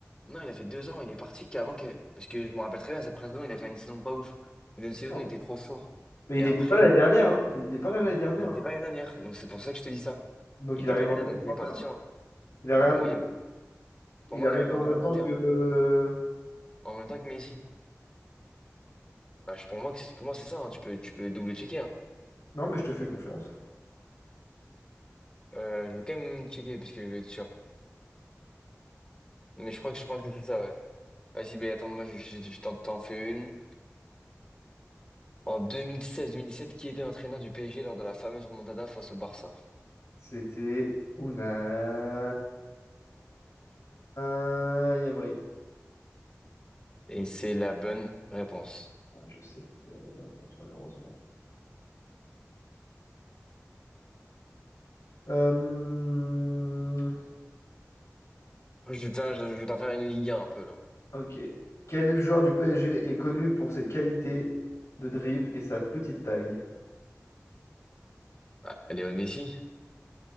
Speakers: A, on the left; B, on the left.
A: Non, il a fait deux ans, il est parti qu'avant que. Parce que je me rappelle très bien, sa première saison, il a fait une saison pas ouf. Mais une
B: D'accord.
A: saison, il était trop fort.
B: Mais
A: Et
B: il
A: après,
B: n'était pas là l'année dernière, hein. Il n'était pas là l'année dernière.
A: il n'était
B: hein.
A: pas une dernière. Donc c'est pour ça que je te dis ça.
B: Donc
A: Il
B: il
A: n'était
B: arrive
A: pas une
B: en
A: dernière,
B: 2021.
A: donc il est parti. en-
B: Il arrive,
A: Bah, pour moi, il...
B: il
A: pour moi,
B: arrive
A: il est arrivé
B: en
A: en deux
B: même
A: mille
B: temps
A: vingt
B: que.
A: et un,
B: euh,
A: en même temps que Messi. Bah, je... pour moi, que c'est- pour moi c'est ça. hein. Tu peux, tu peux double-checker. hein.
B: Non, mais je te fais confiance.
A: Euh, je vais quand même checker parce que je vais être sûr. Mais je crois que, je pense que c'est ça, ouais. Vas-y, mais attends, moi, je, je- je t'en t'en fais une. En deux deux mille seize-deux mille seize, dix-sept, qui était l'entraîneur du PSG lors de la fameuse remontada face au Barça?
B: C'était Unai Emery.
A: Et c'est la bonne réponse.
B: Ouais, je sais que c'était la bonne réponse, malheureusement. Euh,
A: Je vais te faire, je vais t'en faire une Ligue 1 un peu là.
B: Ok. Quel joueur du PSG est connu pour ses qualités de dribble et sa petite taille?
A: Ah, Léo Messi.